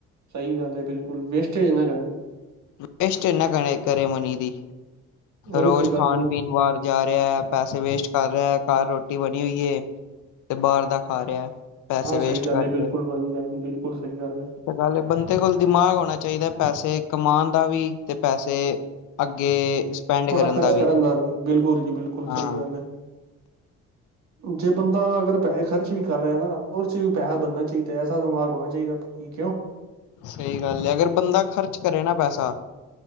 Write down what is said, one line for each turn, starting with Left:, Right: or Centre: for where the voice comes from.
Right: ਸਹੀ ਗੱਲ ਹੈ ਬਿਲਕੁਲ, ਵੇਸਟੇਜ ਨਾ ਕਰੇ।
Left: ਵੈਸਟੇਜ ਨਾ <unintelligible> ਕਰੇ ਮਨੀ ਦੀ,
Right: ਉਹੀ
Left: ਰੋਜ਼
Right: ਤੇ ਗੱਲ
Left: ਖਾਨ-ਪੀਨ
Right: ਨੇ
Left: ਬਾਰ ਜਾ ਰਿਹਾ, ਪੈਸੇ ਵੇਸਟ ਕਰ ਰਿਹਾ, ਘਰ ਰੋਟੀ ਬਨੀ ਹੋਈ ਏ ਤੇ ਬਾਹ ਦਾ ਖਾ ਰਿਹਾ। ਪੈਸੇ
Right: ਹਾਂ, ਸਈ
Left: ਵੇਸਟ
Right: ਗੱਲ
Left: ਕਰਕੇ
Right: ਏ ਬਿਲਕੁਲ ਭਾਜੀ ਤੁਆੜੀ ਬਿਲਕੁਲ ਸਈ ਗੱਲ ਐ।
Left: ਤੇ ਗੱਲ ਬੰਦੇ ਕੋਲ ਦਿਮਾਗ ਹੋਨਾ ਚਾਈਦਾ, ਪੈਸੇ ਕਮਾਨ ਦਾ ਵੀ ਤੇ ਪੈਸੇ ਅੱਗੇ ਸਪੈਂਡ
Right: ਥੋੜਾ
Left: ਕਰਨ
Right: ਖਰਚ
Left: ਦਾ ਵੀ,
Right: ਬਿਲਕੁਲ ਜੀ ਬਿਲਕੁਲ
Left: ਹਾਂ।
Right: ਸਹੀ ਗੱਲ ਹੈ ਜੇ ਬੰਦਾ ਅਗਰ ਪੈਹੇ ਖਰਚ ਵੀ ਕਰ ਰਿਹਾ ਨਾ ਓਸ 'ਚ ਵੀ ਪੈਸਾ ਬਨਨਾ ਚਾਈਦਾ, ਐਸਾ ਦਿਮਾਗ ਹੋਣਾ ਚਾਹੀਦਾ ਭਾਜੀ ਕਿਉਂ?
Left: ਸਈ ਗੱਲ ਏ, ਅਗਰ ਬੰਦਾ ਖ਼ਰਚ ਕਰੇ ਨਾ ਪੈਸਾ